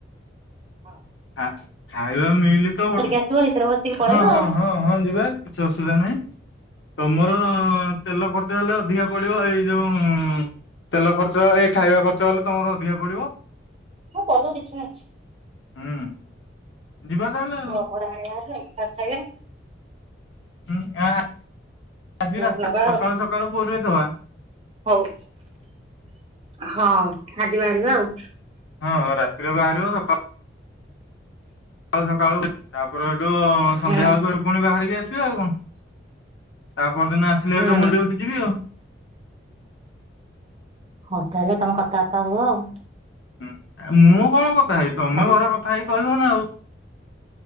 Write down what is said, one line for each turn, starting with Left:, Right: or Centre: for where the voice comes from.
Right: ହଁ।
Left: ଆ ଖାଇବା ମିିଲି ତ ଗୋଟେ
Right: ଆସିବ ଏଇଥିରେ ବସିକି ପଳେଇବା
Left: ହଁ ହଁ
Right: ଆଉ
Left: ହଁ ହଁ ଯିବା କିଛି ଅସୁବିଧା ନାହିଁ ତମର ତେଲ ଖର୍ଚ୍ଚ ହେଲେ ଅଧିକା ପଡିବ ହେଇ ଯୋଉ ତେଲ ଖର୍ଚ୍ଚ ହେଇ ଖାଇବା ଖର୍ଚ୍ଚ ହେଲେ ତମର ଅଧିକା ପଡିବ।
Right: ମୁଁ ପଡୁ କିଛି ନାହିଁ।
Left: ହୁଁ ଯିବା ତାହେଲେ ଆଉ।
Right: ଅବଢ଼ା ଆଣିବା ହାରି ତାକୁ ଖାଇବା।
Left: ହୁଁ ଗାଁ ଆଜି
Right: ତୁ
Left: ରାତି
Right: ନବା
Left: ସକାଳୁ
Right: ଆଉ
Left: ସକାଳୁ ପୋରେଇ ଦେବା।
Right: ହଉ ହଁ ଆଜି ବାହାରିବା ଆଉ।
Left: ହଁ ହଁ ରାତିରେ ବାହାରିବ ସକାଳୁ ସକାଳୁ ସକାଳୁ ତାପରେ ହେଠୁ
Right: ହୁଁ
Left: ସନ୍ଧ୍ୟା ବେଳକୁ ପୁଣି ବାହାରିକି ଆସିବା ଆଉ କଣ? ତା ପରଦିନ ଆସିଲେ
Right: ହୁଁ
Left: ହେଲେ ମୁଁ ଡିଉଟି ଯିବି ଆଉ।
Right: ହଉ ତାହେଲେ ତମେ କଥାବାର୍ତ୍ତା ହୁଅ ଆଉ।
Left: ହୁଁ ଆ ମୁଁ କଣ କଥା ହେବି? ତମେ
Right: ଖାଲି
Left: ଘରେ କଥା ହେଇ କି କହିବ ନା ଆଉ।